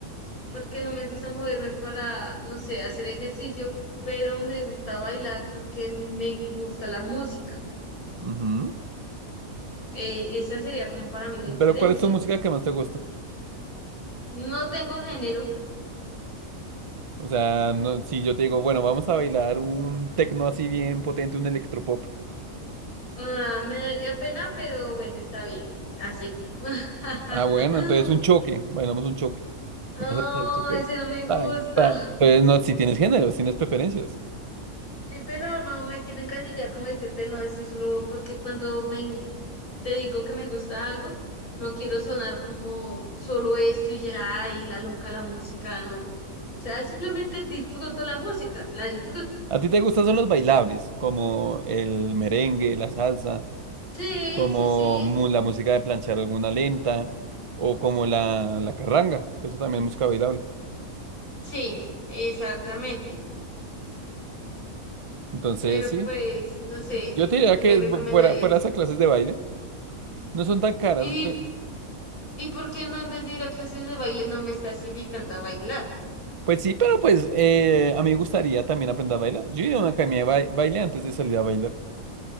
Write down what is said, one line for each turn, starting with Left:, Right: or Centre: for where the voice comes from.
Left: porque no me gusta moverme para, no sé, hacer ejercicio, pero me gusta bailar porque me gusta la música.
Right: Ujú.
Left: Eh, esa sería como para mí la diferencia.
Right: Pero, ¿cuál es tu música que más te gusta?
Left: No tengo género,
Right: O sea, no, si yo te digo, bueno, vamos a bailar un tecno así bien potente, un electropop.
Left: ah, me daría pena, pero bueno, está bien, acepto. <laughs>
Right: Ah, bueno, entonces un choque. Bailamos un choque.
Left: No,
Right: Vas a hacer choque.
Left: ese no me
Right: Tac,
Left: gusta.
Right: tac.
Left: <laughs>
Right: Entonces, no, si tienes géneros, tienes preferencias.
Left: Sí, pero no me quiero encasillar como decirte no, es que solo porque cuando me te digo que me gusta algo, no quiero sonar como solo esto y ya, y la loca la música, no. O sea, simplemente disfruto la música, la disfruto.
Right: ¿A ti te gustan son los bailables, como el merengue, la salsa,
Left: Sí,
Right: como
Left: sí, sí,
Right: mu- la música de planchar alguna lenta, o como la, la carranga, que eso también es música bailable.
Left: sí, exactamente.
Right: Entonces,
Left: Pero
Right: sí,
Left: pues, no sé,
Right: yo te diría
Left: ¿tú
Right: que
Left: me recomendarías?
Right: bu- fuera, fuera esas clases de baile, no son tan caras.
Left: ¿Y,
Right: creo.
Left: y por qué no en vez de ir a clases de baile no me estás invitando a bailar?
Right: Pues sí, pero pues eh, a mí me gustaría también aprender a bailar. Yo iría a una academia de ba- baile antes de salir a bailar.